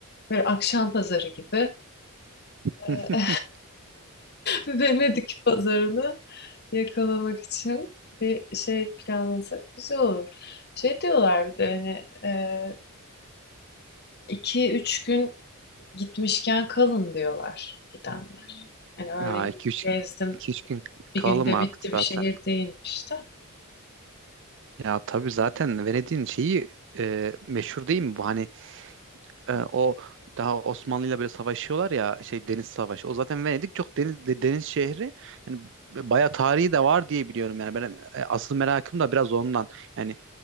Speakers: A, on the left; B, on the right.
A: Böyle akşam pazarı gibi Ee,
B: <laughs>
A: <laughs> Venedik pazarını yakalamak için bir şey planlasak güzel olur. Şey diyorlar bir de hani e, iki üç gün gitmişken kalın diyorlar gidenler. Hani öyle
B: Ha, iki üç
A: gezdim
B: iki üç gün
A: bir
B: kalalım
A: günde
B: artık
A: bitti
B: zaten.
A: bir şehir değilmiş de.
B: Ya tabii zaten Venedik'in şeyi e, meşhur değil mi bu? Hani e, o daha Osmanlı'yla böyle savaşıyorlar ya şey deniz savaşı. O zaten Venedik çok deniz de- deniz şehri. Yani bayağı tarihi de var diye biliyorum yani. Ben e, asıl merakım da biraz ondan. Yani